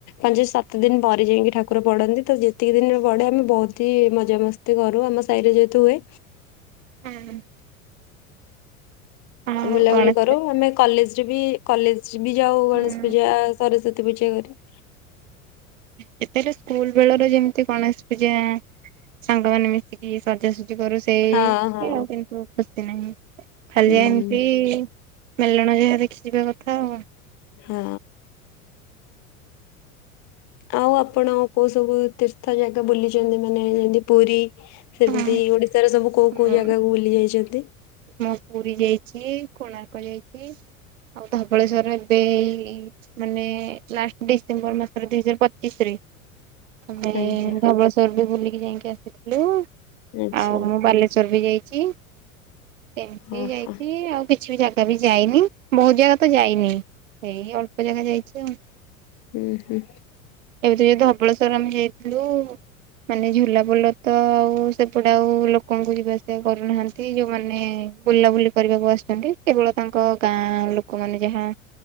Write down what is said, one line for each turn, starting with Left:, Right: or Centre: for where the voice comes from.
Left: ପାଞ୍ଚ ସାତ ଦିନ ପରେ ଯାଇକି ଠାକୁର ପଢନ୍ତି ତ ଯେତିକି ଦିନରେ ପଡ଼େ ଆମେ ବହୁତ ହି ମଜା ମସ୍ତି ମସ୍ତି କରୁ ଆମ ସାହିରେ ଯେହେତୁ ହୁଏ
Right: ଏଁ ଦେ। ଆଉ
Left: ବୁଲାବୁଲି
Right: ଗଣେଶ
Left: କରୁ
Right: ପୂଜା
Left: ଆମେ କଲେଜରେ ବି କଲେଜ ବି ଯାଉ
Right: ହୁଁ
Left: ଗଣେଶ ପୂଜା ସରସ୍ଵତୀ ପୂଜା କରି।
Right: ଯେତେହେଲେ ସ୍କୁଲ ବେଳର ଯେମିତି ଗଣେଶ ପୂଜା? ସାଙ୍ଗମାନେ ମିଶିକି ସଜାସଜି କରୁ ସେମିତି
Left: ହଁ ହଁ
Right: କିନ୍ତୁ ଖୁସି ନାହିଁ। ଖାଲି
Left: ହୁଁ
Right: ଏମିତି ମେଲଣ ଯାହା ଦେଖିଯିବା କଥା ଆଉ
Left: ହଁ। ଆଉ ଆପଣ କୋଉ ସବୁ ତୀର୍ଥ ଜାଗା ବୁଲିଛନ୍ତି ମାନେ ଯେମତି ପୁରୀ? ସେମତି
Right: ହଁ।
Left: ଓଡିଶାର ସବୁ କୋଉ
Right: ମୁଁ
Left: କୋଉ ଜାଗାକୁ ବୁଲି ଯାଇଛନ୍ତି?
Right: ମୁଁ ପୁରୀ ଯାଇଛି କୋଣାର୍କ ଯାଇଛି ଆଉ ଧବଳେଶ୍ଵରରେ ଏବେ ମାନେ ଲାଷ୍ଟ ଡିସେମ୍ବର ମାସରେ ଦୁଇ ହଜାର ପଚିଶରେ ଆମେ
Left: ଆଚ୍ଛା
Right: ଧବଳେଶ୍ଵରବି ବୁଲିକି ଯାଇକି ଆସିଥିଲୁ।
Left: ଆଚ୍ଛା
Right: ଆଉ ମୁଁ ବାଲେଶ୍ଵର ବି ଯାଇଛି ଏମତି
Left: ଓହୋ
Right: ଯାଇଛି ଆଉ କିଛି ବି ଜାଗା ବି ଯାଇନି ବହୁତ ଜାଗା ତ ଯାଇନି ଏଇ ଅଳ୍ପ ଜାଗା ଯାଇଛି ଆଉ
Left: ହୁଁ ହୁଁ।
Right: ଏବେ ଯୋଉ ଧବଳେଶ୍ଵର ଆମେ ଯାଇଥିଲୁ? ମାନେ ଝୁଲା ପୋଲ ତ ଆଉ ସେପଟେ ଆଉ ଲୋକଙ୍କୁ ଯିବା ଆସିବା କରୁନାହାନ୍ତି। ଏ ଯୋଉମାନେ ବୁଲାବୁଲି କରିବାକୁ ଆସିଛନ୍ତି କେବଳ ତାଙ୍କ ଗାଁ ଲୋକମାନେ ଯାହା